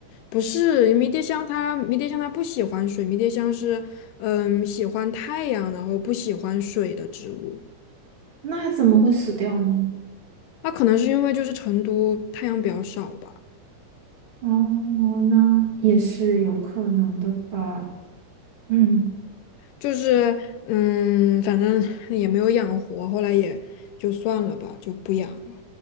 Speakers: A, on the left; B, on the right.
A: 不是迷迭香它，迷迭香它不喜欢水，迷迭香是嗯喜欢太阳，然后不喜欢水的植物。
B: 那怎么会死掉呢？
A: 那可能是因为就是成都太阳比较少吧。
B: 哦，那也是有可能的吧。嗯。
A: 就是嗯，反正也没有养活，后来也就算了吧，就不养了。